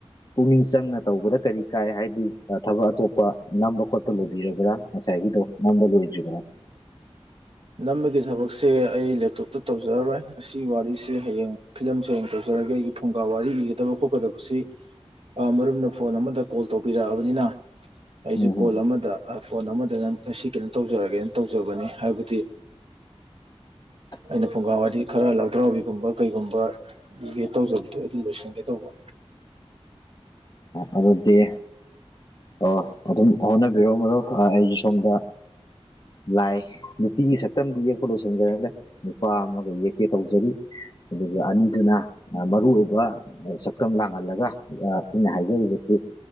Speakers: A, on the left; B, on the right.
A: ꯄꯨꯛꯅꯤꯡ ꯆꯪꯅ ꯇꯧꯕꯗ ꯀꯔꯤ ꯀꯥꯏ ꯍꯥꯏꯗꯤ ꯊꯕꯛ ꯑꯇꯣꯞꯄ ꯅꯝꯕ ꯈꯣꯠꯄ ꯂꯕꯤꯔꯕ꯭ꯔꯥ ꯉꯁꯥꯏ ꯃꯗ ꯂꯖꯨꯒꯅ
B: ꯅꯝꯕꯒꯤ ꯊꯕꯛꯁꯦ ꯑꯩ ꯂꯦꯞꯇꯣꯞꯇ ꯇꯧꯖꯔꯔꯣꯏ ꯑꯁꯤꯒꯤ ꯋꯥꯔꯤꯁꯤꯦ ꯍꯌꯦꯡ ꯐꯤꯂꯝꯁꯦ ꯍꯌꯦꯡ ꯇꯧꯖꯔꯛꯦ ꯇꯧꯔꯒ ꯑꯩꯒꯤ ꯐꯨꯡꯒꯥ ꯋꯥꯔꯤ ꯏꯒꯗꯕ ꯈꯣꯠꯀꯗꯕꯁꯤ ꯃꯔꯨꯝꯅ ꯐꯣꯟ ꯑꯃꯗ ꯀꯣꯜ ꯇꯧꯕꯤꯔꯛꯑꯕꯅꯤꯅ ꯑꯩꯁꯨ
A: ꯎꯝ
B: ꯀꯣꯜ ꯑꯃꯗ ꯐꯣꯟ ꯑꯃꯗ ꯅꯁꯤ ꯀꯩꯅꯣ ꯇꯧꯖꯔꯒꯦꯅ ꯇꯧꯖꯕꯅꯤ ꯍꯥꯏꯕꯗꯤ
A: <inaudible>
B: ꯑꯩꯅ ꯐꯨꯡꯒꯥ ꯋꯥꯔꯤꯗꯤ ꯈꯔ ꯂꯥꯎꯊ꯭ꯔꯥꯎꯕꯤꯒꯨꯝꯕ ꯀꯩꯒꯨꯝꯕ ꯏꯒꯦ ꯇꯧꯖꯕꯗꯣ ꯑꯗꯨꯝ ꯂꯣꯏꯁꯤꯟꯒꯦ ꯇꯧꯕ
A: ꯑꯣ ꯑꯗꯤ ꯑꯣ ꯑꯗꯨꯝ ꯍꯣꯠꯅꯕꯤꯔꯣ ꯃꯔꯨꯞ ꯑꯩꯁꯦ ꯁꯣꯝꯗ ꯂꯥꯏ ꯅꯨꯄꯤꯒꯤ ꯁꯛꯇꯝꯗꯤ ꯌꯦꯛꯄ ꯂꯣꯏꯁꯤꯟꯖꯔꯒꯦ ꯅꯨꯄꯥ ꯑꯃꯒ ꯌꯦꯛꯀꯦ ꯇꯧꯖꯔꯤ ꯑꯗꯨꯒ ꯑꯅꯤꯗꯨꯅ ꯃꯔꯨ ꯑꯣꯏꯕ ꯁꯛꯇꯝ ꯂꯥꯡꯍꯜꯂꯒ ꯑꯩꯅ ꯍꯥꯏꯖꯔꯤꯕꯁꯤ